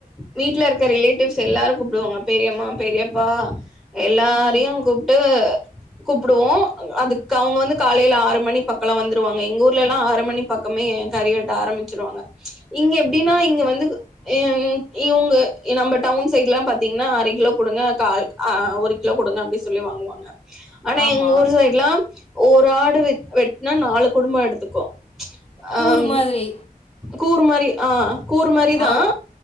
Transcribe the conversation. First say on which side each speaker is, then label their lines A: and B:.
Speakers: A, in the centre; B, on the left.
A: வீட்ல இருக்க ரிலேட்டிவ்ஸ் மிச்ச எல்லாரும் கூப்பிடுவாங்க பெரியம்மா பெரியப்பா எல்லாரையும்
B: ம்
A: கூப்பிட்டு கூப்பிடுவோம் அதுக்கு அவங்க வந்து காலையில ஆறு மணி பக்கம்லாம் வந்துருவாங்க எங்க ஊர்ல எல்லாம் ஆறு மணி பக்கமே கறி வெட்ட ஆரம்பிச்சிருவாங்க இங்க எப்படின்னா இங்க வந்துஹ இவங்க நம்ம டவுன் இந்த சைட் எல்லாம் பாத்தீங்கன்னா அரை கிலோ கொடுங்க கால் கஹ் ஒரு கிலோ கொடுங்க அப்படின் சொல்லி வாங்குவாங்க ஆனா
B: ஆமா
A: எங்க ஊர் சைடுலாம் ஒரு ஆடு வெ வெட்டனா நாலு குடும்பம் எடுத்துக்கும்
B: கூறு
A: ஆஹம்
B: மாதிரி
A: கூறு மாதிரி ஆ கூறு மாதிரிதான்
B: ஆ ஒ